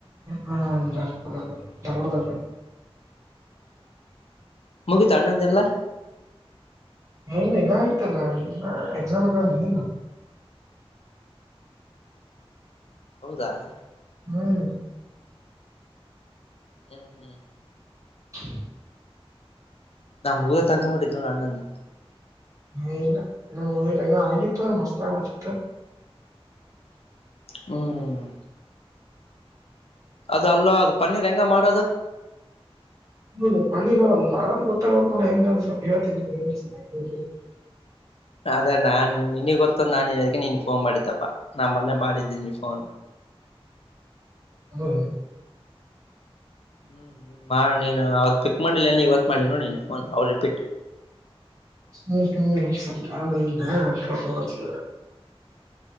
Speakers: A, on the right; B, on the left.
A: ಹಾರ್ ಧರ್ಡ <unintelligible>
B: ಮುಗುತ್ ಅನ್ನಂದ ಎಲ್ಲ.
A: ಇ ಇಲ್ಲ ಆಐತಲ್ಲ ಎಕ್ಸಾಮ್ ಎಲ್ಲ ಬಂದಿಲ್ಲ <inaudible>
B: ಹೌದಾ <inaudible>
A: ಹ್ಮ್ <inaudible>
B: ಹ್ಮ್ ಹ್ಮ್ ಹ್ಮ್ <inaudible>
A: <unintelligible>
B: ನಾ ಮಊರ ತಂಗ ಮ ಇದ ಅ್ಣ ಅಂದೆ <inaudible>
A: ಹ ಇಲ್ಲ ಇ ಹದಿಲ್ಲ ಇನ್ನು ಆಗಿತ್ತು್ರ ಮಸ್ತ್ ಆಗ್ಬಿಡ್ತಿತ್ತು <inaudible>
B: ಹ್ಮ <inaudible> ಅದ ಅಲ್ಲ ಅದು ಪನ್ನಿ ರಂಗ ಮಾ <inaudible>
A: ಹ ಪನ್ನಿರದು <unintelligible> ಗೊತ್ತಗೋ್ ನೋಡಿ ಹೆಂಗ ಸ್ವಲ್ಪ ಹೇಳ್ತೀನಿ <unintelligible>
B: ಅದೇ ನಾನ್ ನಿನಗ್ ಗೊತ್ತಂದ ನಾನನ್ನ್ ಅದಕಿ ನೀನ್ ಫೋನ್ ಮಾಡಿದ್ದಪ್ಪ ನಮ್ಮ ಮೊನೆೆ ಮಾಡಿದ್ದ ನಿನ್ ಫೋನ್.
A: ಹಾ ರಿ.
B: ಹ್ಮ್ ನೀನ್ ನೀನ್ ಅವತ್ ಪಿಕ್ ಮಾಡಿಲ್ಲ ಎಲ್ಲ ಇವತ್ತು ಮಾಡಿ ನೋ ನೀನ್ ಫೋನ್ ಅವ ರಿಪೀಟ್.
A: ಹ್ಮ್ ಹ್ಮ್ <unintelligible>